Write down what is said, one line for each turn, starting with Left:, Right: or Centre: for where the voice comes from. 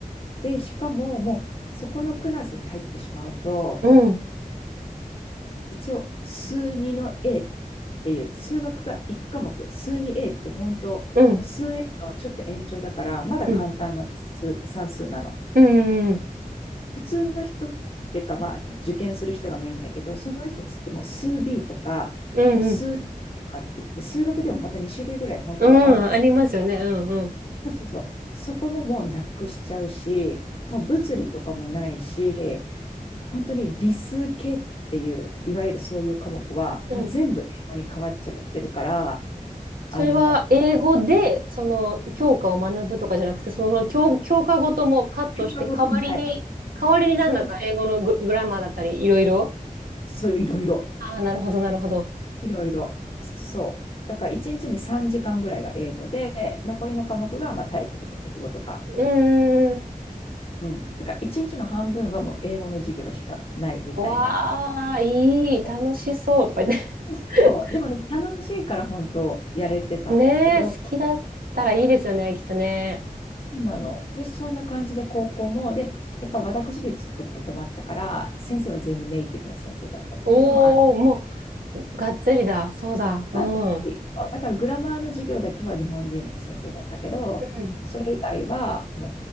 Left: で、しかも、もう、そこのクラスに入ってしまうと、
Right: うん、うん、
Left: 一応数2の A っていう数学が1科目、数 2A って本当、もう数
Right: うん、
Left: A のちょっと延長だから、まだ簡単な数算数なの。
Right: うん、うん、うん、
Left: 普通の人っていうか、まあ、受験する人がメインだけど、その人たちってもう数 B とか、
Right: うん、
Left: もう数とかって言って、数学でもまた2種類ぐらい本当はあるはず。
Right: うんありますよね。うん、うん、
Left: そうそうそう。そこももうなくしちゃうし、もう物理とかもないし、本当に理数系っていう、いわゆるそういう科目は、
Right: うん。
Left: もう全部英語に変わっちゃうから、あの、
Right: それは英語で、その、教科を学ぶとかじゃなくて、その、教、教科ごともカットして、
Left: 教科ごとにない。
Right: 代わりに、代わりになんだか英語のグ、
Left: そう、
Right: グラマーだったり、いろいろ。
Left: そう、いろいろ。
Right: ああ、なるほど、なるほど。
Left: いろいろ。そう。だから1日に3時間ぐらいが英語で、残りの科目がまあ体育とか国語とか。
Right: うーん。
Left: うん。だから1日の半分はもう英語の授業しかないみたいな。
Right: わあ、いい、
Left: そ
Right: 楽しそうとか言って。
Left: うそう。
Right: <laughs>
Left: でも楽しいから本当やれてたんだけど、
Right: ねえ、好きだったらいいですよね、きっとね。
Left: そうなの。で、そんな感じで高校も、で、やっぱ私立ってこともあったから、先生は全部ネイティブの先生だったっていうのもあっ
Right: おー、もう、がっつりだ。そうだ。うん。
Left: たり、だからグラマーの授業だけは日本人の先生だったけど、
Right: うん。
Left: それ以外はも